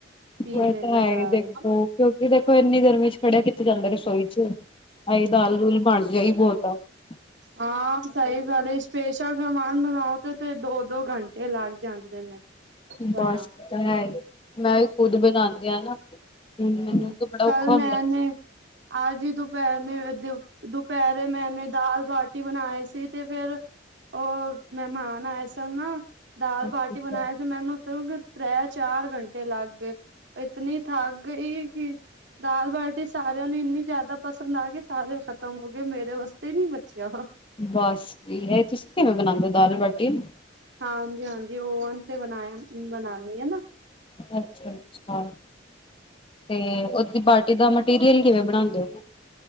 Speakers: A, on the right; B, on the left.
A: ਪੀ
B: ਉਹ
A: ਲਏਗਾ
B: ਤਾਂ ਹੈ।
A: ਦਾਲ
B: ਦੇਖੋ ਕਿਉਂਕਿ, ਦੇਖੋ ਇੰਨੀ ਗਰਮੀ ਚ ਖੜਿਆ ਕਿਥੇ ਜਾਂਦਾ। ਰਸੋਈ ਚ ਆਈ ਦਾਲ ਦੂਲ ਬਣ ਗਈ ਏਹ ਹੀ ਬਹੁਤ ਆ। <unintelligible>
A: ਹਾਂ, ਸਹੀ ਗੱਲ ਹੈ। ਸਪੇਸ਼ਲ ਸਮਾਨ ਬਨਾਉਣ ਤੇ ਤੇ ਦੋ-ਦੋ ਘੰਟੇ ਲੱਗ ਜਾਂਦੇ ਨੇ। <unintelligible> ਬਣਾਣ
B: ਬਸ ਤਾਂ ਹੈ ਹੀ, ਮੈਂ ਵੀ ਖੁਦ ਬਣਾਉਂਦੀ ਆ ਨਾ। ਹੁਣ ਮੈਨੂੰ
A: ਹੂ,
B: ਤਾਂ ਬੜਾ
A: ਕੱਲ
B: ਔਖਾ
A: ਮੈਂ ਆਹ ਜੀ ਦੁਪਹਿਰੇ ਦੁਪਹਿਰੇ ਮੈਨੇ ਦਾਲ ਬਾਟੀ ਬਣਾਈ ਸੀ। ਤੇ ਫਿਰ ਉਹ ਮਹਿਮਾਨ ਆਏ ਸਨ। ਦਾਲ
B: ਹੁੰਦਾ
A: ਬਾਟੀ ਬਣਾਏ ਸੀ। ਮੈਨੂੰ ਤ੍ਰੈ ਚਾਰ ਘੰਟੇ ਲੱਗ ਗਏ। ਇਤਨੀ ਥਕ ਸੀ। ਦਾਲ ਬਾਟੀ ਸਾਰਿਆਂ ਨੂੰ ਇੰਨੀ ਜ਼ਿਆਦਾ ਪਸੰਦ ਆਗੀ, ਸਾਰੇ ਖਤਮ ਹੋ ਗਏ। ਮੇਰੇ ਵਾਸਤੇ ਨੀ ਬਚਿਆ
B: ਬਸ, ਹੈ ਤੁਸੀਂ ਕਿਵੇਂ ਬਣਾਉਂਦੇ ਹੋ, ਦਾਲ ਬਾਟੀ?
A: ਹਾਂਜੀ-ਹਾਂਜੀ, ਓ ਤੇ ਬਣਾਇਆ ਬਣਾਉਣੀ ਹੈ।
B: ਅੱਛਾ-ਅੱਛਾ, ਤੇ ਉਸ ਓਦੀ ਪਾਰਟੀ ਦਾ ਮਟੀਰੀਅਲ ਕਿਵੇਂ ਬਣਾਉਂਦੇ ਹੋ?